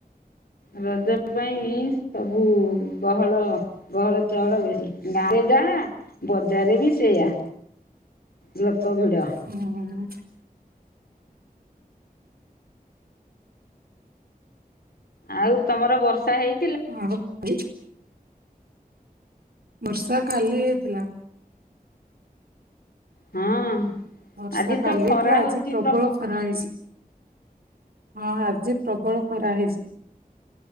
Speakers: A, on the left (about 75°); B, on the right (about 75°).
A: ରଜ ପାଇଁ ସବୁ ଗହଳ ଗହଳ ଚହଳ ବେଶୀ ଗାଁରେ ଯାହା ବଜାରରେ ବି ସେଇଆ ଲୋକ ଭିଡ।
B: ହୁଁ ଉ?
A: ଆଉ ତମର ବର୍ଷା ହେଇ
B: ହଁ <unintelligible> ବର୍ଷା କାଲି ହେଇଥିଲା।
A: ହଁ।
B: ବର୍ଷା
A: ଆଜି ତ
B: କାଲି
A: ଖରା
B: ହାଇଥିଲା
A: ହଉଛି
B: ଆଜି ପ୍ରବଳ ଖରା ହେଇଛି। ହଁ ଆଜି ପ୍ରବଳ ଖରା ହେଇଛି।